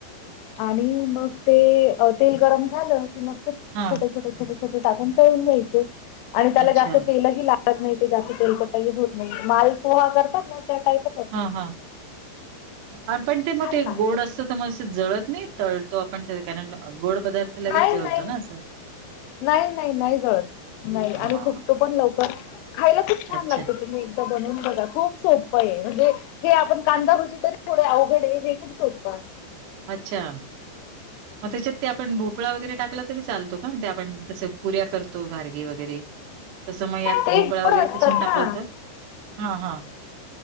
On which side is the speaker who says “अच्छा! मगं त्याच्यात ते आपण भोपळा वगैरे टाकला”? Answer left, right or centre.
Right